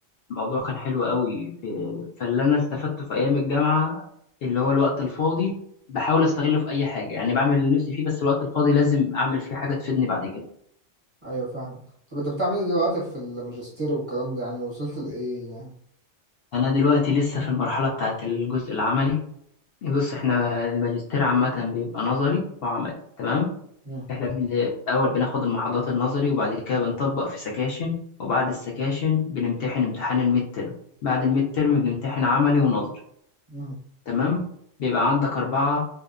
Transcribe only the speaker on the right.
ايوه فعلا طب انت بتعمل ايه دلوقتي في الماجستير والكلام ده يعني وصلت لايه يعني
مم،
مم،